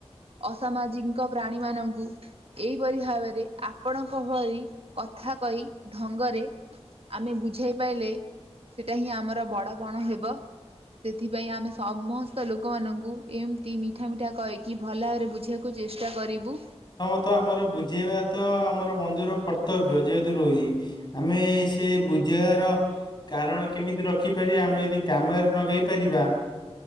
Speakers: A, on the right; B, on the left.
A: ଅସାମାଜିଙ୍କ ପ୍ରାଣୀମାନଙ୍କୁ କିପରି ଭାବରେ ଆପଣଙ୍କ ଭଳି କଥା କହି ଢଙ୍ଗରେ ଆମେ ବୁଝାଇ ପାଇଲେ ସେଇଟା ହିଁ ଆମର ବଡ଼ ପଣ ହେବ। ସେଥିପାଇଁ ଆମେ ସମସ୍ତ ଲୋକମାନଙ୍କୁ ଏମିତି ମିଠା ମିଠା କହିକି ଭଲ ଭାବରେ ବୁଝେଇବାକୁ କୁ ଚେଷ୍ଟା କରିବୁ।
B: ତ ଆମର ବୁଝେଇବା ତ ଆମର ବନ୍ଧୁର କର୍ତ୍ତବ୍ୟ ଯେହେତୁ ରହୁଚି। ଆମେ ସେ ବୁଝେଇବାର କାରଣ କେମିତି ରଖିପାରିବା ଆମେ ଯଦି କାମରେ ନଗେଇ ପାରିବା